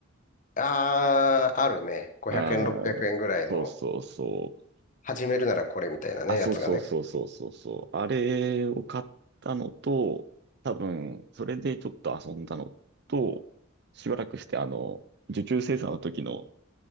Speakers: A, on the left (about 35°); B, on the right (about 50°).
A: た。あー、あるね。500円、
B: ああ、
A: 600円ぐらいの、
B: そうそうそう。
A: 始めるならこれみたいなね、
B: あ、そうそうそうそうそうそう。
A: やつがね。
B: あれを買ったのと、多分、それでちょっと遊んだのと、しばらくして、あの、受注生産の時の、